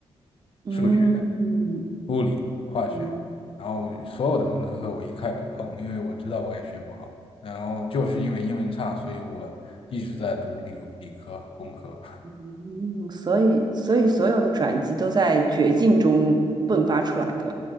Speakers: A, on the right; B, on the left.
A: 嗯嗯
B: 数物理、化学，
A: 嗯
B: 然后所有的文科课我一概不碰，因为我知道我也学不好。然后就是因为英文差，所以我一直在读理理科、工科。
A: 嗯，所以所以所有的转机都在绝境中迸发出来的